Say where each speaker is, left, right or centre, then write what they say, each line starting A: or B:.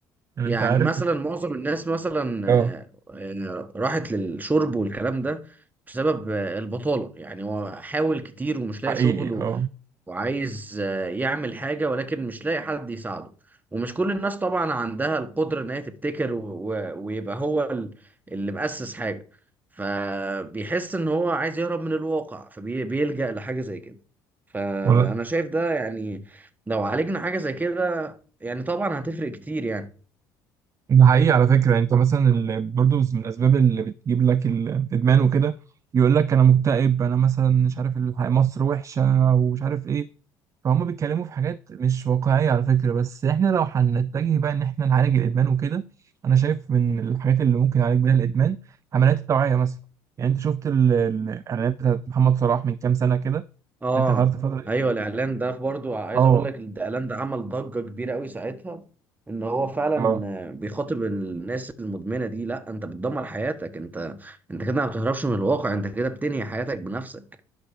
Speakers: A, on the right; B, on the right.
A: يعني
B: يعني
A: انت عارف
B: مثلا معظم الناس مثلا
A: اه
B: آه، آه، راحت للشرب والكلام ده بسبب آه، البطالة يعني هو حاول كتير ومش لاقي
A: حقيقي
B: شغل
A: اه
B: وعايز آه، يعمل حاجة ولكن مش لاقي حد يساعده ومش كل الناس طبعا عندها القدرة إن هي تبتكر و... و... ويبقى هو ال- اللي مؤسس حاجة فبيحس إن هو عايز يهرب من الواقع فبيلجأ لحاجة زي كده فأنا
A: ولا
B: شايف ده يعني لو عالجنا حاجة زي كده يعني طبعا هتفرق كتير يعني
A: ده حقيقي على فكرة يعني انت مثلا ال- برضه من الأسباب اللي بتجيب لك الإدمان وكده يقول لك أنا مكتئب أنا مثلا مش عارف الح- مصر وحشة ومش عارف إيه فهم بيتكلموا في حاجات مش واقعية على فكرة بس احنا لو هنتجه بقى ان احنا نعالج الادمان وكده انا شايف من الحاجات اللي ممكن نعالج بيها الادمان عمليات التوعية مثلا يعني انت شفت ال- ال- الاعلانات بتاعت محمد صلاح من كام سنة كده
B: اه
A: انت حضرت الفترة دي
B: ايوه الاعلان ده برضو عايز
A: اه
B: اقول لك الاعلان ده عمل ضجه كبيره قوي ساعتها ان هو فعلا
A: اه
B: آه، بيخاطب الناس المدمنه دي لا انت بتدمر حياتك انت انت كده ما بتهربش من الواقع انت كده بتنهي حياتك بنفسك